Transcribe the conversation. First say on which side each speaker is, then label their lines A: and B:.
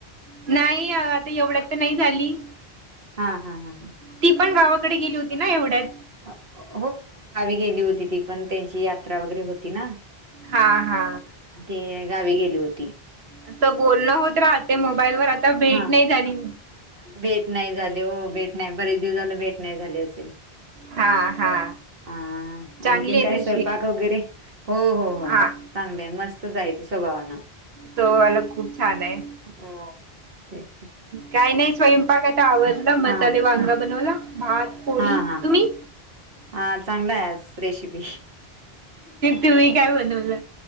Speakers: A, on the right; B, on the right.
A: नाही आता एवढ्यात तर नाही झाली
B: हां हां हां हां
A: ती पण गावाकडे गेली होती ना एवढ्यात
B: हो हो गावी गेली होती ती पण त्यांची यात्रा वगैरे होती ना
A: हा हा
B: ते गावी गेली होती
A: असं बोलणं होत राहते मोबाईलवरर आता भेट
B: हा
A: नाही झाली
B: भेट नाही झाली हो भेट नाही बरेच दिवसाला भेट नाही झाली असेल
A: हा हा
B: हा
A: चांगली
B: आणखीन
A: आहे
B: काय
A: तुझी
B: स्वयंपाक वगैरे हो हो हो
A: हा
B: चांगली मस्तचय त स्वभावान
A: सो वाला खूप छान आहे
B: हम ते
A: काय नाही स्वयंपाक आता आवरला मसाले
B: हा
A: वांगा बनवला भात पोळी
B: हा हा
A: तुम्ही
B: हा चांगला आहे आ रेसिपी
A: तुम्ही काय बनवलं